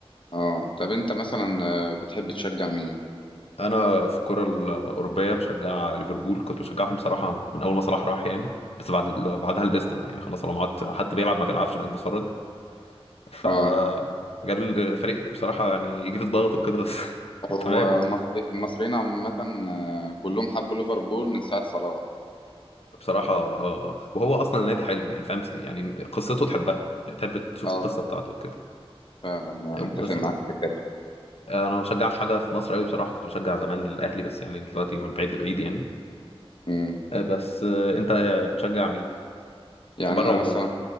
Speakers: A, on the left; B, on the left.
A: اه طب انت مثلا آه، بتحب تشجع مين
B: انا في الكره الاوروبيه بشجع ليفربول كنت بشجعهم صراحه من اول ما صلاح راح يعني بس بعد بعدها لبست بقى يعني خلاص لو قعدت حتى بيلعب ما بيلعبش بقيت بتفرج ف
A: اه
B: جاب الفريق بصراحه يعني يجي في الضغط وكده بس <laughs>
A: هو
B: تمام يعني.
A: المصري المصريين عامة آه، كلهم حبوا ليفربول من ساعة صلاح
B: بصراحه اه آه. وهو اصلا النادي حلو يعني فاهم يعني قصته تحبها يعني تحب تشوف
A: اه
B: القصه بتاعته وكده
A: فعلا يعني اتفق
B: بس
A: معاك في كده
B: انا ما بشجعش حاجه في مصر قوي بصراحه كنت بشجع زمان الاهلي بس يعني دلوقتي من بعيد لبعيد يعني
A: مم.
B: آه، بس آه، انت بتشجع مين
A: يعني
B: في بره
A: انا
B: وجوه
A: مثلا